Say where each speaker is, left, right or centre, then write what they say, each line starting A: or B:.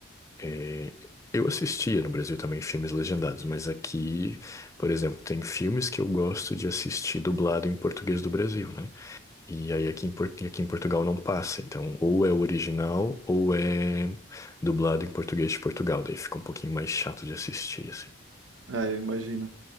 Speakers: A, on the left (about 15°); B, on the right (about 80°).
A: É, eu assistia no Brasil também filmes legendados, mas aqui, por exemplo, tem filmes que eu gosto de assistir dublado em português do Brasil, né? E aí aqui em, Por- e aqui em Portugal não passa, então ou é o original ou é dublado em português de Portugal, daí fica um pouquinho mais chato de assistir, assim.
B: é, eu imagino.